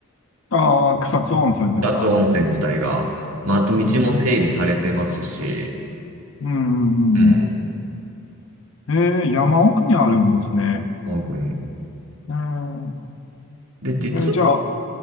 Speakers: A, on the left (about 65°); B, on the right (about 90°).
A: ああ、草津温泉ですか。
B: 草津温泉自体が。まあ、あと道も整備されてますし、
A: うん。うん。うん。うんうん
B: うん、
A: えー、山奥にあるんですね。
B: 奥に。
A: え
B: で、実
A: えーじゃあ、